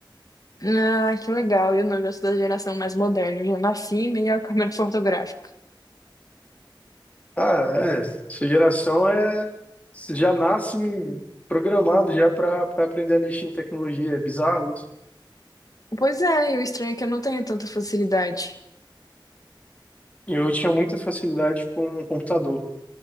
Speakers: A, on the left; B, on the left.
A: Ah, que legal, eu não, eu já sou da geração mais moderna, eu já nasci meio a câmera <laughs> fotográfica.
B: Ah, é. Sua geração é já nasce programado já para aprender a mexer em tecnologia. É bizarro isso.
A: Pois é, e o estranho é que eu não tenho tanta facilidade.
B: E eu tinha muita facilidade com o computador.